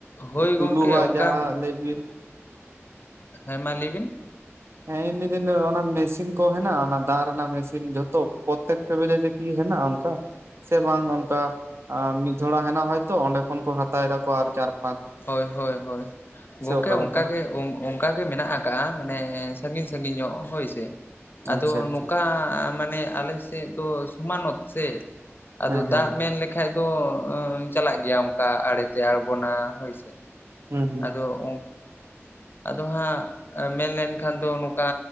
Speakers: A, on the left; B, on the right.
A: ᱦᱳᱭ
B: ᱴᱩᱞᱩ
A: ᱜᱚᱝᱠᱮ
B: ᱵᱟ
A: ᱚᱱᱠᱟ
B: ᱡᱟᱦᱟ ᱞᱟᱹᱭ ᱵᱤᱱ?
A: ᱦᱮᱸ ᱢᱟ ᱞᱟᱹᱭ ᱵᱤᱱ?
B: ᱦᱮᱸ ᱢᱮᱱ ᱫᱤᱧ ᱢᱮᱥᱤᱱ ᱠᱚ ᱦᱮᱱᱟᱜ ᱟ ᱚᱱᱟ ᱫᱟᱜ ᱨᱮᱱᱟᱜ ᱢᱮᱥᱤᱱ ᱡᱷᱚᱛᱚ ᱯᱨᱚᱛᱛᱮᱠ, <unintelligible> ᱠᱤ ᱦᱱᱟ ᱚᱱᱠᱟ ᱥᱮ ᱵᱟᱝ ᱚᱱᱠᱟ᱾ ᱟᱨ ᱢᱤᱫ ᱫᱷᱟᱚᱲ ᱦᱮᱱᱟᱜ ᱦᱚᱭᱛᱚ, ᱚᱸᱰᱮ ᱠᱷᱚᱱ ᱠᱚ ᱦᱟᱛᱟᱣ ᱫᱟ ᱠᱚ ᱟᱨ ᱪᱟᱨᱯ
A: ᱦᱳᱭ ᱦᱳᱭ ᱦᱳᱭ, ᱜᱚᱝᱠᱮ
B: ᱚᱠᱟᱞᱮᱠᱟ
A: ᱚᱱᱠᱟᱜ ᱜᱮ, ᱳᱸ ᱚᱱᱠᱟ ᱜᱮ ᱢᱮᱱᱟᱜ ᱠᱟᱹᱟ ᱢᱟᱱᱮ ᱥᱟᱺᱜᱤᱧ ᱥᱟᱺᱜᱤᱧ ᱧᱚᱜ ᱦᱳᱭ ᱥᱮ᱾ ᱟᱫᱚ
B: ᱟᱪᱪᱷᱟ ᱟᱪᱪᱷᱟ
A: ᱱᱚᱝᱠᱟ ᱢᱟᱱᱮ ᱟᱞᱮ ᱥᱮᱫ ᱫᱚ ᱥᱚᱢᱟᱱᱚᱛ ᱥᱮ᱾ ᱟᱫᱚ
B: ᱦᱮᱸ ᱦᱮᱸ
A: ᱫᱟᱜ ᱢᱮᱱ ᱞᱮᱠᱷᱟᱡ ᱫᱚ, ᱪᱟᱞᱟᱜ ᱜᱮᱭᱟ ᱚᱱᱠᱟ ᱟᱲᱮᱛᱮ ᱟᱲᱜᱚᱱᱟ ᱦᱳᱭ ᱥᱮ᱾
B: ᱦᱩᱸ
A: ᱟᱫᱚ ᱚᱸ <unintelligible> ᱟᱫᱚ ᱦᱟᱸᱜ ᱢᱮᱱ ᱞᱮᱱᱠᱷᱟᱱ ᱫᱚ ᱱᱚᱝᱠᱟ